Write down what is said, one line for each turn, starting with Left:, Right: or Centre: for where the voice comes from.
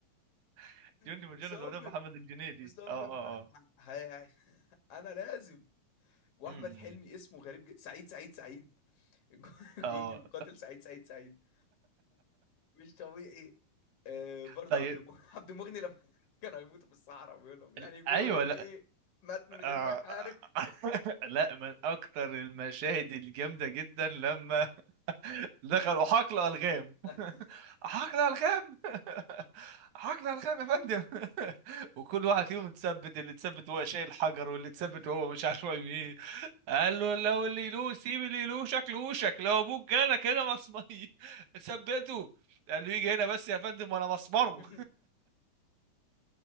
Right: <laughs> جندي
Left: مصمم
Right: مجند وهدام محمد الجنيدي
Left: مصمم
Right: اه اه
Left: ه-
Right: اه
Left: ه- ه- <laughs> انا لازم واحمد
Right: امم
Left: حلمي اسمه غريب جدا سعيد سعيد سعيد <laughs>
Right: اه
Left: جندي مقاتل سعيد سعيد سعيد مش طبيعي آه، برضه
Right: <laughs> طيب
Left: عبد المغني <laughs> عبد المغني لما <laughs> كانوا هيموتوا في الصحراء وبيقول لهم يعني
Right: ال-
Left: يقولوا
Right: ايوه
Left: لهم ايه مات من غير
Right: آه
Left: ما يحارب
Right: <laughs> لا من اكتر المشاهد الجامده جدا لما دخلوا حقل الغام
Left: <laughs>
Right: حقل الغام <laughs> حقل الغام يا فندم <laughs> وكل واحد فيهم اتثبت اللي اتثبت هو شايل حجر واللي اتثبت
Left: لا،
Right: هو مش عارف ايه قال له لو اللي له سيب اللي له شكل وشك لو ابوك جالك هنا مصمي ثبته <laughs> قال له يجي هنا بس يا فندم وانا مسمره
Left: لا،